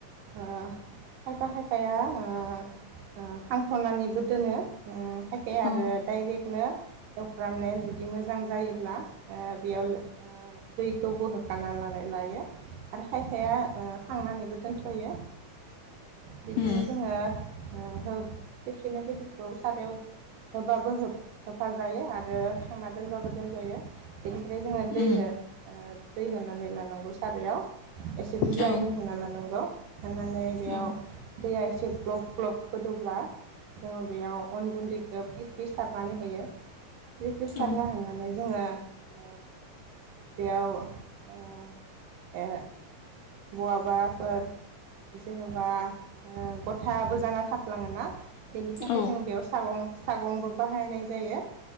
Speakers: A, on the right; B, on the left.
A: खायफा खायफाया ओ खांथ'नानैबो दोनो ओ खायफाया
B: औ
A: आरो डाइरेक्टनो एवफ्रामनाया जुदि बि मोजां जायोब्ला ओ बेयाव ओ दैखौबो होखाना लानाय लायो आरो खायफाया ओ खांनानैबो दोनथ'यो बिदिनो
B: उम
A: जोङो ओ होब खेबसेनो बेदरखौ सारायाव होबाबो होब होफाजायो आरो खांना दोनबाबो दोनजायो बेनिफ्राय जोङो दैहो
B: उम
A: ओ दै होनानै लानांगौ सारायाव एसे बुरजायैनो
B: औ
A: खानांगौ होखानानै बेयाव
B: औ
A: दैया एसे ग्लब ग्लब गोदौब्ला जोङो बेयाव अन गुन्दैखौ फ्रि फ्रि सारनानै होयो। फ्रि-फ्रि सारना
B: औ
A: होनानै। जोङो ओ बेयाव ओ ओ। बहाबाफोर जेन'बा ओ गथाबो जाना थाफ्लाङो ना। बेनि थाखाय
B: औ
A: जों बेयाव सागं सागंबो बाहायनाय जायो।